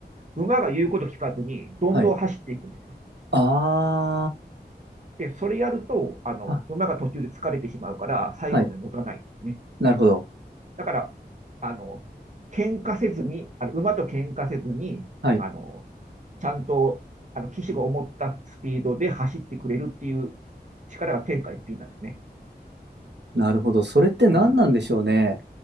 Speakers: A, on the right; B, on the right.
A: 馬が言うこと聞かずに、どんどん走っていくんですよ。
B: はい。あ
A: で、それやると、あの、
B: あ。あ、
A: 馬が途中で疲れてしまうから、最後まで持たないんですね。
B: はい。なるほど。
A: だから、あの、喧嘩せずに、あの、馬と喧嘩せずに、
B: はい。
A: あの、ちゃんと、あの、騎手が思ったスピードで走ってくれるっていう力が天下一品なんですね。
B: なるほど。それって何なんでしょうね。
A: うん。